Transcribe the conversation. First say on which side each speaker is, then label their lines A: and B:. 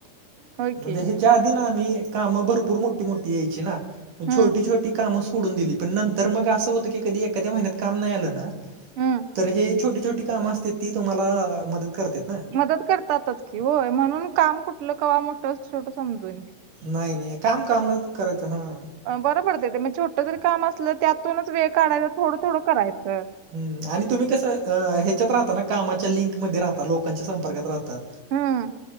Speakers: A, on the right; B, on the right.
A: होय
B: म्हणजे
A: की
B: हे. त्या आधी ना आम्ही कामं भरपूर मोठी, मोठी यायची ना, मं
A: हम्म
B: छोटी, छोटी कामं सोडून दिली, पण नंतर मग असं होतं की कधी एखाद्या महिन्यात काम नाही आलं ना
A: हम्म
B: तर हे छोटी, छोटी कामं असत्यात ती तुम्हाला मदत करत्यात.
A: मदत करतातच की होय, म्हणून काम कुठलं कवा मोठं छोटं समजू नये.
B: नाही, नाही काम कामंच करायचं हं!
A: बरं पडत ते म छोटं जरी काम असलं त्यातूनच वेळ काढायचा, थोडं, थोडं करायचं.
B: हूं आणि तुम्ही कसं अ ह्याच्यात राहता ना कामाच्या लिंकमध्ये राहता, लोकांच्या संपर्कात राहता.
A: हम्म